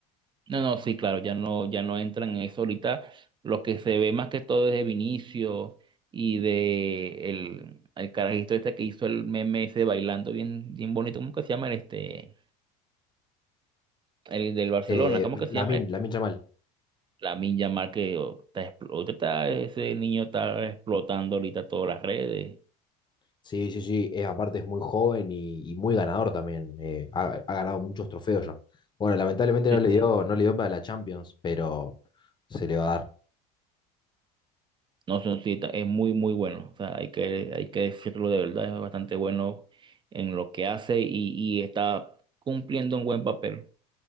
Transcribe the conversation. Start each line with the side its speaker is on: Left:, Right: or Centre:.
Right: no, no, sí, claro, ya no, ya no entran en eso. Ahorita lo que se ve más que todo es de Vinicio y de el, el carajito este que hizo el meme ese bailando bien, bien bonito. ¿Cómo que se llama el este? El del Barcelona,
Left: Eh,
Right: ¿cómo que se
Left: Lamine,
Right: llama?
Left: Lamine Yamal,
Right: La Yamal que oh, está, expl- ahorita está- ese niño está explotando ahorita todas las redes.
Left: Sí, sí, sí. eh, aparte es muy joven y, y muy ganador también. eh, ha, ha ganado muchos trofeos ya. Bueno, lamentablemente
Right: Sí,
Left: no le
Right: sí.
Left: dio, no le dio para la Champions, pero se le va a dar.
Right: No, son, sí, ta- es muy, muy bueno. O sea, hay que, hay que decirlo de verdad, es bastante bueno en lo que hace y, y está cumpliendo un buen papel.